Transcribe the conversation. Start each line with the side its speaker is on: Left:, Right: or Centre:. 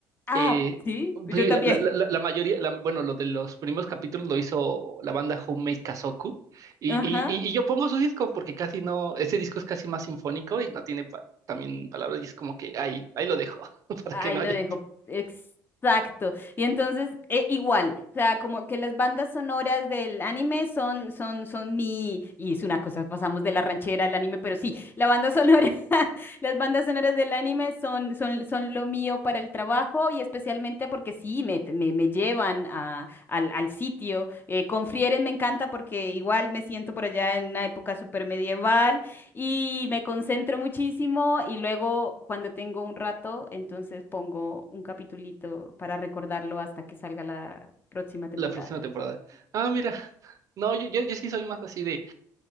Left: Ah,
Right: Eh,
Left: sí, yo
Right: sí,
Left: también.
Right: la, la- la- la mayoría, la- bueno, lo de los primeros capítulos lo hizo la banda Homemade Kazoku, y,
Left: ajá
Right: y, y y yo pongo su disco porque casi no, ese disco es casi más sinfónico y no tiene pa- también palabras, y es como que ahí, ahí lo dejo, <laughs> para
Left: Ahí
Right: que no
Left: lo
Right: haya,
Left: dejo. Exacto. Y entonces, eh, igual, o sea, como que las bandas sonoras del anime son, son, son mi, y es una cosa, pasamos de la ranchera al anime, pero sí, la banda sonora, <laughs> las bandas sonoras del anime son, son, son lo mío para el trabajo y especialmente porque sí, me, me, me llevan a, al, al sitio. Eh, con Frieren me encanta porque igual me siento por allá en una época súper medieval y me concentro muchísimo y luego cuando tengo un rato, entonces pongo un capitulito para recordarlo hasta que salga la próxima temporada.
Right: La próxima temporada. Ah, mira. <laughs> No, yo, yo, yo sí soy más así de.